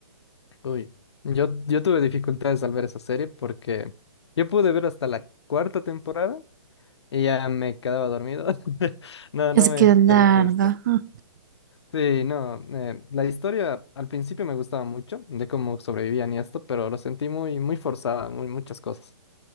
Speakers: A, on the left; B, on the right.
A: uy. Yo, yo tuve dificultades al ver esa serie porque yo pude ver hasta la cuarta temporada Y ya me quedaba dormido. <laughs> No,
B: Es
A: no me
B: que
A: termina
B: es larga.
A: de gustar.
B: Ah,
A: Sí, no, eh, la historia al principio me gustaba mucho, de cómo sobrevivían y esto, pero lo sentí muy, muy forzada, muy, muchas cosas.